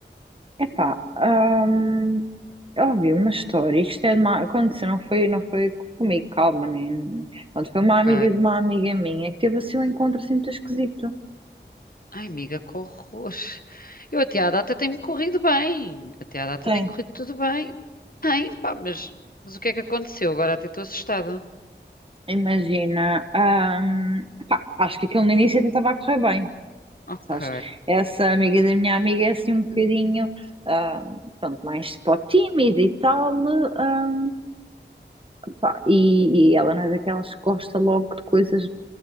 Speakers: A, on the right; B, on the left.
A: Epá, hum, eu ouvi uma história, isto é de uma, aconteceu, não foi, não foi comigo, calma, nem, pronto, foi
B: Ok.
A: uma amiga de uma amiga minha que teve assim um encontro assim muito esquisito.
B: Ai, amiga, que horror. Eu até à data tem-me corrido bem. Até à data
A: Tem.
B: tem corrido tudo bem. Bem, pá, mas, mas o que é que aconteceu? Agora até estou assustada.
A: Imagina, hum, pá, acho que aquilo no início até estava a correr bem.
B: Ok,
A: Sabes? Essa amiga da minha amiga é assim um bocadinho, ah, pronto, mais pó tímida e tal, né, ah, pá, e, e ela não é daquelas que gosta logo de coisas